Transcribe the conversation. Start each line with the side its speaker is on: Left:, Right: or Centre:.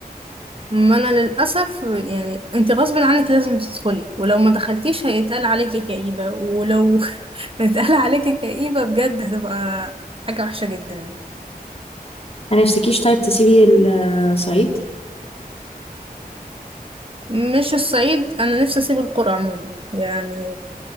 Right: ما انا للاسف يعني انت غصب عنك لازم تدخلي ولو ما دخلتيش هيتقال عليكي كئيبه ولو <laughs> اتقال عليكي كئيبه بجد هتبقى حاجه وحشه جدا يعني.
Left: ما نفسكيش طيب تسيبي الصعيد
Right: مش الصعيد انا نفسي اسيب القرى عموما يعني